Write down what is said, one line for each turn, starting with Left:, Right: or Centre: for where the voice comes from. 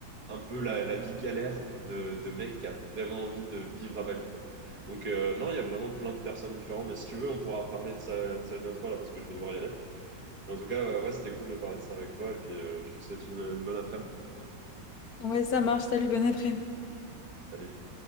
Right: un peu la, la vie galère de, de mec qui a vraiment envie de vivre à Bali, quoi. Donc, euh, non, il y a vraiment plein de personnes différentes. Mais si tu veux, on pourra reparler de ça, de ça une autre fois, là, parce que je vais devoir y aller. Mais en tout cas, euh, ouais, c'était cool de parler de ça avec toi. Et puis, euh, je te souhaite une, une bonne après-midi.
Left: Ouais, ça marche, salut, bon après
Right: Salut.